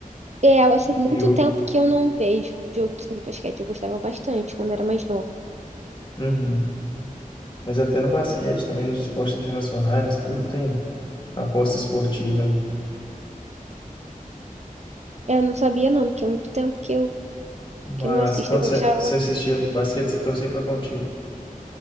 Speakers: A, on the right (about 50°); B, on the left (about 35°).
A: É, assim, muito
B: Criou.
A: tempo que eu não vejo jogo de basquete. Eu gostava bastante quando era mais nova.
B: Uhum. Mas até no basquete também, nos esportes internacionais, tudo tem aposta esportiva.
A: É, Eu não sabia não, porque é muito tempo que eu
B: Mas
A: que eu não assisto.
B: quando
A: Eu gostava,
B: você, você assistia basquete, você torcia para qual time?